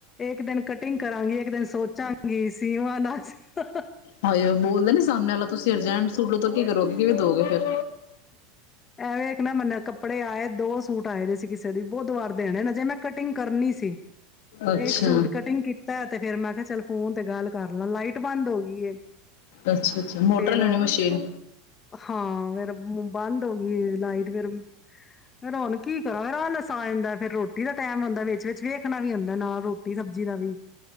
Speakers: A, on the left (about 20°); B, on the left (about 75°).
A: ਇੱਕ ਦਿਨ ਕਟਿੰਗ ਕਰਾਂਗੀ ਇੱਕ ਦਿਨ ਸੋਚਾਂਗੀ ਸੀਵਾਂ ਨਾ ਸੀਵਾ
B: ਹਾਏ ਬੋਲਦੇ ਨੀ ਸਾਹਮਣੇ ਵਾਲਾ ਤੁਸੀਂ ਅਰਜੈਂਟ ਸੂਟ ਲੋ ਤਾਂ ਕੀ ਕਰੋਗੇ ਕਿਵੇਂ ਦੋਗੇ ਫੇਿਰ
A: ਐਵੇਂ ਇੱਕ ਨਾ ਮੰਨ ਕੱਪੜੇ ਆਏ ਦੋ ਸੂਟ ਆਏ ਦੇ ਸੀ ਕਿਸੇ ਦੀ ਬੁੱਧਵਾਰ ਦੇਣੇ ਨੇ ਜੇ ਮੈਂ ਕਟਿੰਗ ਕਰਨੀ ਸੀ
B: ਅੱਛਾ
A: ਇੱਕ ਸੂਟ ਕਟਿੰਗ ਕੀਤਾ ਤੇ ਫੇਰ ਮੈਂ ਕਿਹਾ ਚੱਲ ਫੋਨ ਤੇ ਗੱਲ ਕਰ ਲਾ ਲਾਈਟ ਟ ਬੰਦ ਹੋ ਗਈ
B: ਅੱਛਾ ਅੱਛਾ ਮੋਟਰ
A: ਫੇਰ
B: ਲੈਣੀ
A: ਉਹ
B: ਮਸ਼ੀਨ
A: ਹਾਂ ਫੇਰ ਬੰਦ ਹੋ ਗਈ ਲਾਈਟ ਫੇਿਰ ਰੌਣਕੀ ਆਲਸ ਆ ਜਾਂਦਾ ਫਿਰ ਰੋਟੀ ਦਾ ਟੈਮ ਹੁੰਦਾ ਵਿੱਚ ਵਿੱਚ ਵੇਖਣਾ ਵੀ ਹੁੰਦਾ ਨਾਲ ਰੋਟੀ ਸਬਜ਼ੀ ਦਾ ਵੀ